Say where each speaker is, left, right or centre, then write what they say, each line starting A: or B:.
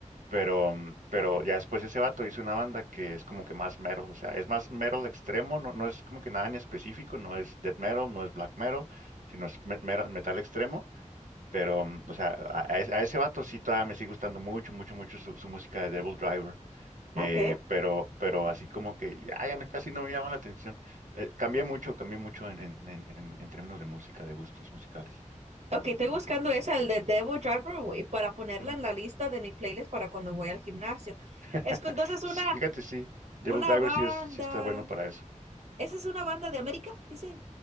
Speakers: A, on the right; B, on the right.
A: pero mm, pero ya después ese vato hizo una banda que es como que más metal, o sea, es más metal extremo, no, no es como que nada en específico, no es death metal, no es black metal, sino es me- mera- metal extremo pero, mm, o sea, a, a ese a ese vato sí todavía me sigue gustando mucho, mucho, mucho su, su música de Devil Driver. Eh,
B: Ok.
A: pero, pero así como que ya, ya no- casi no me llama la atención. Eh, cambié mucho, cambié mucho en, en, en, en- en términos de música, de gustos musicales.
B: Ok, estoy buscando esa, el de Devil Driver, güey, para ponerla
A: Ujú.
B: en la lista de mi playlist para cuando voy al gimnasio.
A: <laughs>
B: Es que entonces una,
A: Sí, fíjate, sí, Devil
B: una
A: Driver
B: banda
A: sí, es, sí está bueno para eso.
B: Esa es una banda de América, dice.